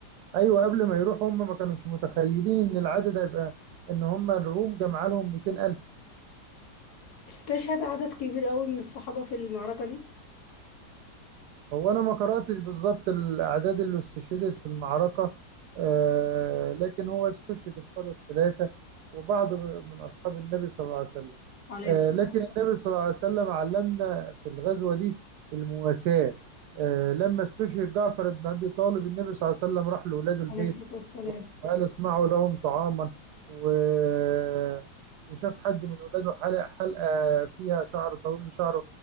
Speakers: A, on the right (about 75°); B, on the left (about 65°).
A: ايوه قبل ما يروحوا هم ما كانوش متخيلين ان العدد هيبقى ان هم الروم جمع لهم 200,000
B: استشهد عدد كبير قوي من الصحابة في المعركة دي
A: هو أنا ما قرأتش بالظبط الأعداد اللي استشهدت في المعركة آه، لكن هو استشهد القادة الثلاثة وبعض من أصحاب النبي صلى الله عليه وسلم
B: عليه
A: آه،
B: الصلاة
A: لكن
B: والسلام
A: النبي صلى الله عليه وسلم علمنا في الغزوة دي المواساة آه، لما استشهد جعفر بن أبي طالب النبي صلى الله عليه وسلم راح لأولاد البيت
B: عليه الصلاة والسلام
A: وقال اصنعوا لهم طعاما و- وشاف حد من ولاده حلق حلقة فيها شعر طويل وشعر